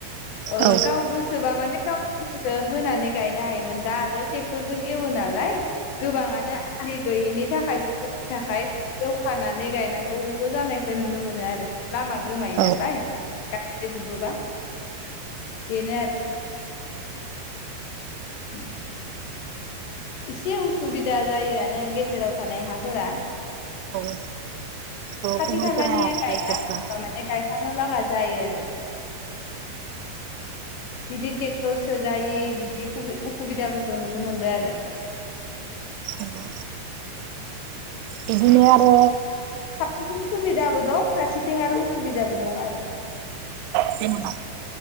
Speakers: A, on the left; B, on the right.
A: ओ
B: औ
A: गाव गोसोबा माने गाविनिखौ होनानै गायनो हायोमोन दा आरो ट्रेक्टरजों एवो नालाय गोबाङानो आलि गैयिनि नि थाखायनि थाखाय एवखानानै गायनांगौबो जानायखौ नुनो मोनो आरो लामा गोमायो
B: औ
A: नालाय गाइखो जोबोबा बेनो आरो उ एसे उसुबिदा जायोआनो गेजेराव थानाय हाफोरा
B: औ गुबुनफोरा
A: खाथि खालानिया गायना
B: गायजोबबा
A: होयोबा माने गायफानो लागा जायो आरो बिदि ट्रेक्टरसो जायो बिदि उखुबिदाफोरखौ नुनो मोनदों आरो
B: आंङो बिदिनो आरो
A: हारसेथिं सुबिदाबो दं फारसेथिं आरो उसुबिदाबो दं आरो
B: जेनेबाथ'